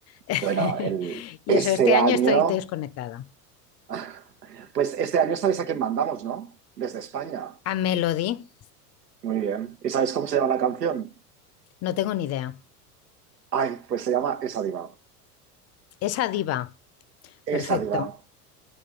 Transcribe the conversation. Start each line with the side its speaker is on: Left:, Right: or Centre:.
Left: <laughs>
Right: Bueno, el,
Left: y
Right: este
Left: eso, este año
Right: año,
Left: estoy desconectada.
Right: <laughs> pues este año sabes a quién mandamos, ¿no? Desde España.
Left: A Melody,
Right: Muy bien. ¿Y sabes cómo se llama la canción?
Left: no tengo ni idea.
Right: Ay, pues se llama Esa Diva.
Left: Esa diva.
Right: Esa
Left: Perfecto.
Right: Diva.